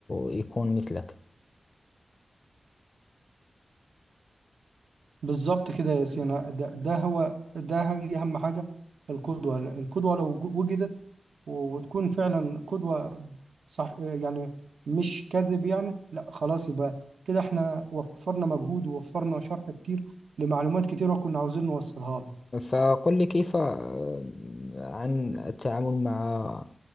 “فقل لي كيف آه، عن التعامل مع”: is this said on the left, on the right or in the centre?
Left